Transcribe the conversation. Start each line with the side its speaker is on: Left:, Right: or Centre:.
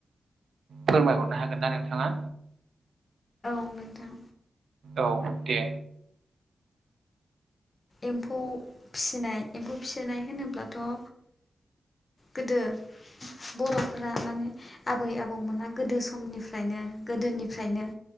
Right: फोरमायहरनो हागोन ना नोंथाङा।
Left: औ नोंथां
Right: औ दे
Left: एम्फौ फिसिनाय एम्फौ फिसिनाय होनोब्लाथ' ओ गोदो बर'फोरा माने आबै आबौमोना गोदो समनिफ्रायनो गोदोनिफ्रायनो